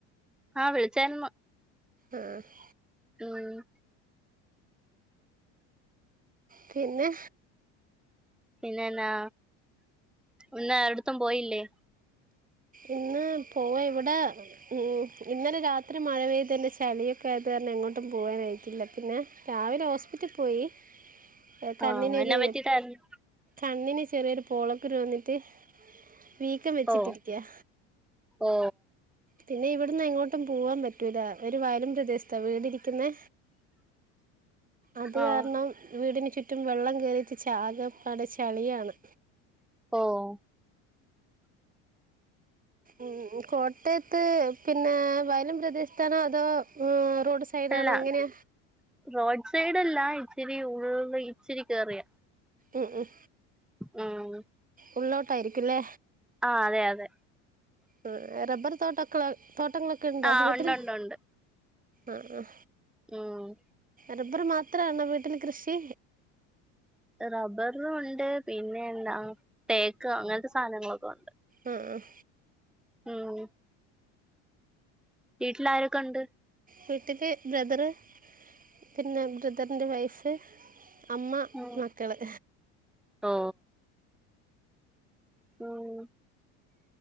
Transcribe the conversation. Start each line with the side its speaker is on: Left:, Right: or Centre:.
Centre: ആഹ് വിളിചാര്ന്നു..
Right: ആഹ്
Centre: ഉം
Right: പോവാ
Centre: പിന്നെന്നാ ഇന്നാരടുത്തും പോയില്ലേ
Right: ഇന്ന് പോയി ഇവിടെ ഉം ഇന്നലെ രാത്രി മഴ പെയ്തേന്റെ ചളിയൊക്കെ ആയത് പിന്നെ എങ്ങട്ടും പോകാനായിട്ടില്ല പിന്നെ രാവിലെ ഹോസ്പിറ്റൽ പോയി എഹ് കണ്ണിനൊരു
Centre: ആഹ് എന്നാ പറ്റിട്ടായിരുന്നു
Right: കണ്ണിന് ചെറിയൊരു പോളക്കുരു വന്നിട്ട് വീക്കം വെച്ചിട്ടിരിക്കയാ
Centre: ഓ ഓ
Right: പിന്നെ ഇവിടുന്നെ എങ്ങോട്ടും പോവാൻ പറ്റൂല ഒരു വയലിന്റെ ദേശത്താ വീടിരി ക്കുന്നെ അതു
Centre: ആഹ്
Right: കാരണം വീടിന് ചുറ്റും വെള്ളം കേറിയിട്ട് ചാകപ്പാടെ ചളിയാണ്
Centre: ഓഹ്
Right: ഉം കോട് യത്ത് പിന്നെ വയലും പ്രദേശത്താണോ അതോ <unintelligible>
Centre: അല്ല
Right: അങ്ങനെ
Centre: റോഡ് സൈഡല്ല ഇച്ചിരി ഉള്ള് ഇച്ചിരി കേറിയ
Right: ഉം ഉം
Centre: ഉം
Right: ഉള്ളോട്ടായിരിക്കുംല്ലേ
Centre: ആഹ് അതെ അതെ
Right: ഉം റബ്ബർ തോട്ടൊക്കെ തോട്ടങ്ങളൊക്കെണ്ടോ
Centre: ആഹ്
Right: വീട്ടിൽ
Centre: ഉണ്ട് ഉണ്ട് ഉണ്ട്
Right: ആഹ് ആഹ്
Centre: ഉം
Right: റബ്ബർ മാത്രാണോ വീട്ടില് കൃഷി?
Centre: റബ്ബറിലും ഉണ്ട് പിന്നെ എന്താ തേക്ക് അങ്ങൻത്തെ സാനങ്ങളൊക്കെ ഉണ്ട്
Right: ഉം ഉം
Centre: ഉം വീട്ടിൽ ആരൊക്കെണ്ട്?
Right: വീട്ടില് ബ്രദറ് പിന്നെ ബ്രദറിന്റെ വൈഫ് അമ്മ
Centre: ഉം
Right: മക്കള്
Centre: ഓ ഉം